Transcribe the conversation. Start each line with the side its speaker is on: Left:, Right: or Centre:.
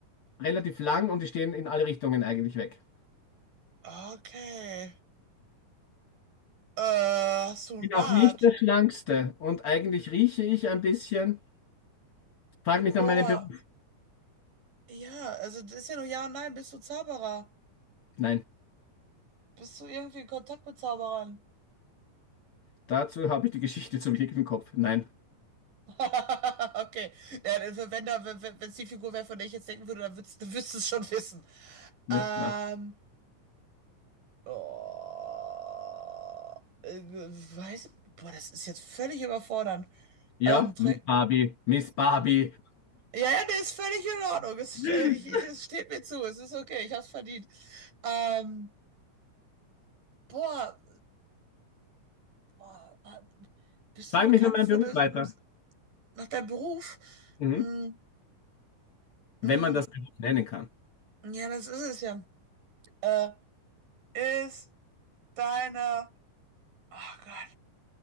Left: relativ lang und die stehen in alle Richtungen eigentlich weg.
Right: Okay. Äh, hast du einen
Left: Bin
Right: Bart?
Left: auch nicht der Schlankste und eigentlich rieche ich ein bisschen. Frag mich
Right: Boah,
Left: nach meinem Beruf.
Right: ja, also das ist ja nur Ja und Nein, bist du Zauberer?
Left: Nein,
Right: Bist du irgendwie in Kontakt mit Zauberern?
Left: dazu habe ich die Geschichte zu wenig im Kopf. Nein.
Right: <laughs> Okay. Ja, dann, wenn da, wenn wenn es die Figur wäre, von der ich jetzt denken würde, dann würdest, dann würdest du es schon wissen.
Left: Ja,
Right: Ähm.
Left: na.
Right: Oh, äh, weiß, boah, das ist jetzt völlig überfordernd.
Left: Ja,
Right: Ähm, trä-
Left: Miss Barbie, Miss Barbie.
Right: ja, ja, der ist völlig in Ordnung. Es,
Left: <laughs>
Right: äh, ich, ich, es steht mir zu. Es ist okay. Ich hab's verdient. Ähm, boah, boah, äh, bist
Left: Frag
Right: du bekannt
Left: mich nach meinem
Right: für
Left: Beruf
Right: das,
Left: weiter.
Right: ähm, nach deinem Beruf?
Left: Mhm.
Right: Mm, mm.
Left: Wenn man das Beruf nennen kann.
Right: Ja, das ist es ja. Äh, ist deine. Oh Gott.